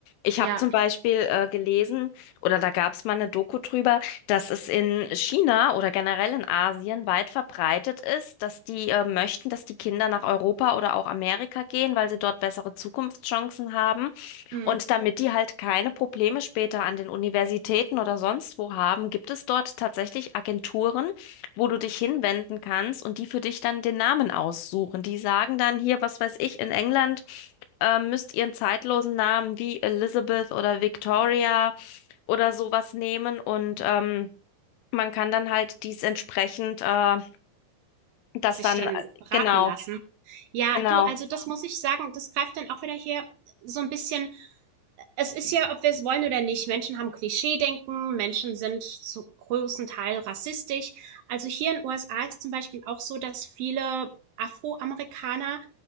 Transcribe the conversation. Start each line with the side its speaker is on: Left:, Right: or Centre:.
Left: Ich
Right: Ja.
Left: habe zum Beispiel äh, gelesen, oder da gab es mal eine Doku drüber, dass es in China oder generell in Asien weit verbreitet ist, dass die äh, möchten, dass die Kinder nach Europa oder auch Amerika gehen, weil sie dort bessere Zukunftschancen haben.
Right: Mhm.
Left: Und damit die halt keine Probleme später an den Universitäten oder sonst wo haben, gibt es dort tatsächlich Agenturen, wo du dich hinwenden kannst und die für dich dann den Namen aussuchen. Die sagen dann hier, was weiß ich, in England. äh, Müsst ihr einen zeitlosen Namen wie Elizabeth oder Victoria oder sowas nehmen und ähm, man kann dann halt dies entsprechend, äh, das
Right: Sich
Left: dann,
Right: dann
Left: äh,
Right: beraten
Left: genau,
Right: lassen. Ja,
Left: genau.
Right: du, also das muss ich sagen, das greift dann auch wieder hier so ein bisschen es ist ja, ob wir es wollen oder nicht, Menschen haben Klischeedenken, Menschen sind zu großen Teil rassistisch. Also hier in den USA ist zum Beispiel auch so, dass viele Afroamerikaner